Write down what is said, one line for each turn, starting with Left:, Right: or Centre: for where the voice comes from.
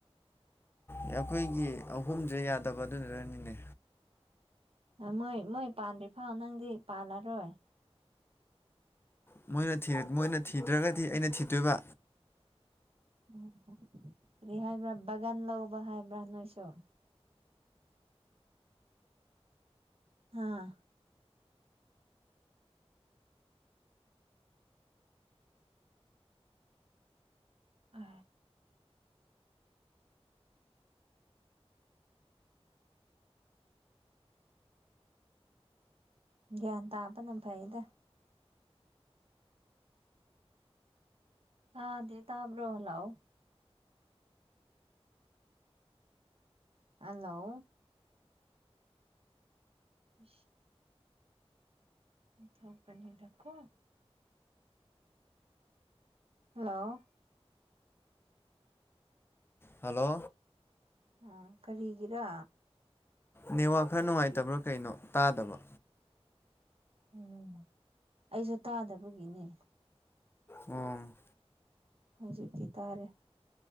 Left: ꯑꯩꯈꯣꯏꯒꯤ ꯑꯍꯨꯝꯁꯦ ꯌꯥꯗꯕ ꯑꯗꯨꯅꯔꯅꯤꯅꯦ
Right: ꯃꯣꯏ ꯃꯣꯏ ꯄꯥꯗ꯭ꯔꯤ ꯐꯥꯎ ꯅꯪꯗꯤ ꯄꯥꯜꯂꯔꯣꯏ
Left: ꯅ ꯃꯣꯏꯅ ꯊꯤꯗ꯭ꯔꯒꯗꯤ ꯑꯩꯅ ꯊꯤꯗꯣꯏꯕ
Right: ꯎ ꯀꯔꯤ ꯍꯥꯏꯕ꯭ꯔꯥ ꯕꯒꯟ ꯂꯧꯕ ꯍꯥꯏꯕ꯭ꯔꯥ ꯅꯣꯏꯁꯨ ꯑꯥ ꯑ ꯒ꯭ꯌꯥꯟ ꯇꯥꯕꯅ ꯐꯩꯗ ꯇꯥꯗꯦ ꯇꯥꯕ꯭ꯔꯣ ꯍꯂꯑꯣ ꯍꯜꯂꯣ ꯑ ꯊꯧ ꯄꯅꯤꯔ ꯊꯀꯣ ꯍꯜꯂꯣ
Left: ꯍꯜꯂꯣ
Right: ꯎꯝ ꯀꯔꯤꯒꯤꯔꯥ
Left: ꯅꯦꯋꯥꯛ ꯈꯔ ꯅꯨꯡꯉꯥꯏꯇꯕ꯭ꯔꯥ ꯀꯩꯅꯣ ꯇꯥꯗꯕ
Right: ꯎꯝ ꯑꯩꯁꯨ ꯇꯥꯗꯕꯒꯤꯅꯦ
Left: ꯎꯝ
Right: ꯍꯧꯖꯤꯛꯇꯀꯤ ꯇꯥꯔꯦ